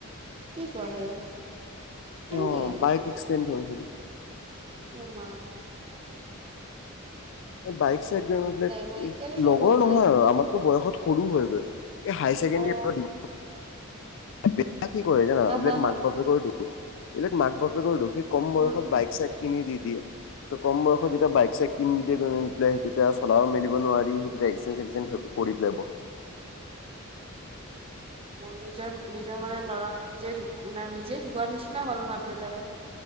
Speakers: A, on the right; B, on the left.
A: কি কোৱা আহে হ নকে
B: অ বাইক এক্সিডেণ্ট হৈ গল
A: অম
B: এই বাইক চাইক বাক
A: মানে কেনেকে
B: লগৰ
A: হ'ল মানে
B: নহয়
A: কি
B: আৰু
A: হয়
B: আমাতকো বয়সত সৰু হৈ গৈ এই হায়াৰ ছেকেণ্ডৰীৰ
A: অ'
B: পৰা দিব বেয়া কি কৰে জানো
A: হা,
B: এইবিলাক
A: হা, হা
B: মাক বাপেকৰ দুখ এইবিলাক মাক বাপেকৰ দুখে কম বয়ত
A: উম, উম।
B: বাইক চাইক কিনি দি দিয়ে চ' কম বয়ত যেতিয়া বাইক চ কিন পেলাই তেতিয়া চলাব মেলিব নোৱাৰি সেই এক্সে চ কৰি পেলাই বহ
A: নিজৰ নিজৰ মানে লৰা নিজোনে নিজেই ঢুকোৱাৰ নিচিনা হ'ল মাক দেউতাৰে